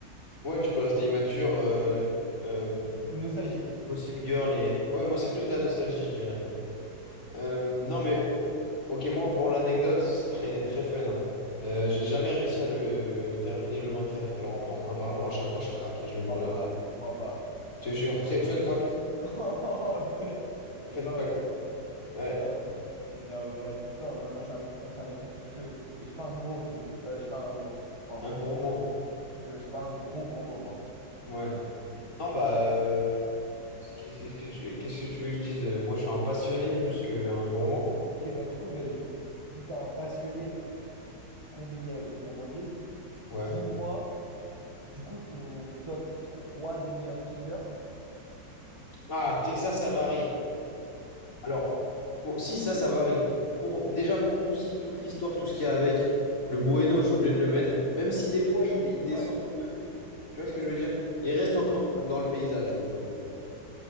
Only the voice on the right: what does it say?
Ou nostalgique.
Je te
crois
pas, je te crois pas.
<laughs> Elle
est pas
mal.
Non, m- non, mais moi, tout le temps, moi, moi, je suis un mec, moi, je suis un mec respectueux. Et je suis pas un gros aussi. Euh, je suis pas un gros, pardon.
Je, je suis pas un gros gourmand, pardon.
Et-
Ok, bah du coup, bah, je- vu que tu es un passionné combiné avec le gourmandise,
dis-moi, du coup, ton top trois des meilleurs Kinder?
Ouais, non,
ouais.
Voilà,